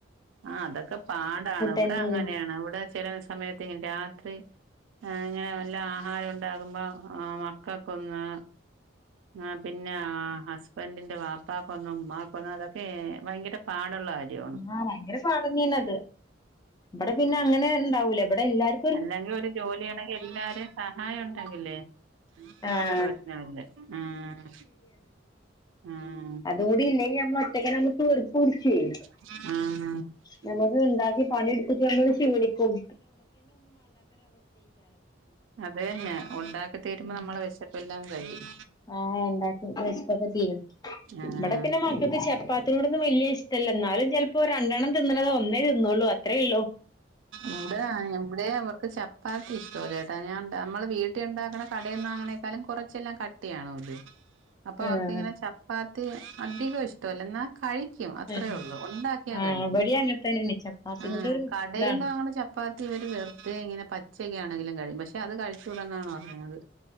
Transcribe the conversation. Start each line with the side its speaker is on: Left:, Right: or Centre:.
Right: ആഹ് അതൊക്കെ പാടാണ്, ഇവ്ടങ്ങനേണ്,
Left: തന്നെയാണ്
Right: ഇവ്ടെ ചെല സമയത്ത്ങ്ങെ രാത്രി ഞാൻ ഇങ്ങനെ നല്ല ആഹാരം ഉണ്ടാകുമ്പോ, ആഹ് മക്കൊക്കൊന്ന് ആഹ് പിന്നെ ആഹ് ഹസ്ബന്റിന്റെ വാപ്പക്കൊന്നും ഉമ്മാക്കൊന്നും അതൊക്കേ ഭയങ്കര പാടുള്ള കാര്യമാണ്
Left: ആഹ് ഭയങ്കര സ്വാതെന്നേണത്. ബടെ പിന്നെ അങ്ങനെ ഇണ്ടാവൂല ബടെ എല്ലാര്
Right: അല്ലെങ്കി ഒരു ജോലിചെയ്യണങ്കിൽ എല്ലാരേം സഹായം ഒണ്ടങ്കില്ലേ നമ്മക്ക്
Left: ആഹ്
Right: പ്രശ്നവില്ല, ആഹ് ആഹ്
Left: അതൂടില്ലെങ്കി നമ്മള് ഒറ്റക്കെന്നെ ഞമ്മക്ക് വെർപ്പുട്ച്ചോയ്
Right: ആഹ്
Left: ഞമ്മക്ക് ണ്ടാക്കി പണി ഇട്ത്ത്ട്ട് നമ്മള് ശീണിക്കും.
Right: അതേന്നെ. ഒണ്ടാക്കി തീരുമ്പോ
Left: ഉം
Right: നമ്മളെ വെശ പ്പെല്ലാം കഴിയും
Left: ആഹ് ഇണ്ടാക്കി, വെശപ്പൊക്കെ തീയ്യും
Right: ആഹ്
Left: വടെ പിന്നെ മക്കക്ക് ചെപ്പാ ത്തിനോടൊന്നും വെല്ല്യേ ഇഷ്ട്ടല്ല ന്നാലും ചെൽപ്പോ രണ്ടെണ്ണം തിന്നണത് ഒന്നേ തിന്നൊള്ളൂ അത്രേള്ളു
Right: ഇവിടേ അങ്ങ ഇവിടെയും അവർക്ക് ചപ്പാത്തി ഇഷ്ടവ കേട്ടോ, ഞാൻ ഞമ്മള് വീട്ടിഉണ്ടാക്കണ കടേന്ന് വാങ്ങ്ണേക്കാലും, കൊറച്ചെല്ലാം കട്ടിയാണോല്ലോ, അപ്പൊ
Left: ആഹ്
Right: അവർക്കിങ്ങനെ ചപ് പ്പാത്തി അധികം ഇഷ്ട്ടവല്ല ന്നാ കഴിക്കും, അത്രേഒള്ളൂ,
Left: ആഹ്
Right: ഉണ്ടാക്യാ
Left: ആഹ്
Right: കഴിക്കും.
Left: ഇവിടെയും അങ്ങനെ തന്നെയാണ് ചപ്പാത്തിനോട്
Right: ആഹ്
Left: ഒരു
Right: കടേന്ന്
Left: ഇതാണ്
Right: വാങ്ണ ചപ്പാത്തി ഇവര് വെർതേ ഇങ്ങനെ പച്ചക്കാണെങ്കിലും കഴിക്കും. പക്ഷേ അത് കഴിച്ചൂടന്നാണ് പറയുന്നത്